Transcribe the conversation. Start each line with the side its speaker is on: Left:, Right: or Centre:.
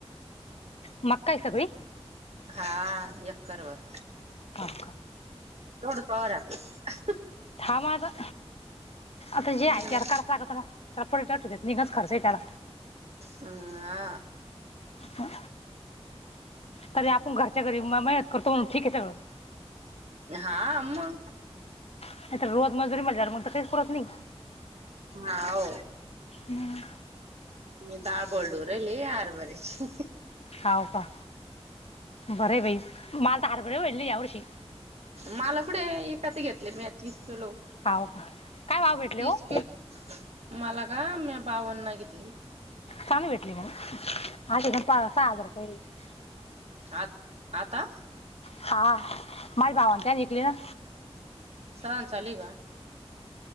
Left: मक्का आहे सगळी
Right: हा.. एकर वर
Left: हा का
Right: थोड पॉवर आहे आपली.
Left: थांब आता. आता
Right: आपलं
Left: जे आहे ते आता करायच लागत ना, त्याला पलट असू दे निघच खर्च आहे त्याला
Right: हं हा
Left: हा. तरी आपण घरच्या घरी महेत करतो म्हणून ठीक आहे सगळं
Right: हा आ म्म
Left: नाही तर रोज मजुरी मल्या म्हण तर काही पुरत नइ.
Right: हा हो
Left: हम्म.
Right: म डाळ भरडू राहीली हारभऱ्या ची.
Left: हाव का,, बरय बाई, मलता हरभरे बार्ले यार्षी.
Right: मला कुढे ईकत घेतले म्या तीस किलो.
Left: हाव का,, काय भाव भेटले
Right: तीस
Left: हो?
Right: किलो मला का मी बावन्नं घेतली.
Left: चांगली भेटली म, आधी सा हाजार रुपय --
Right: आत आता
Left: हा, माय गावातल्याने वीकली ना.
Right: सावन चालूय गा,,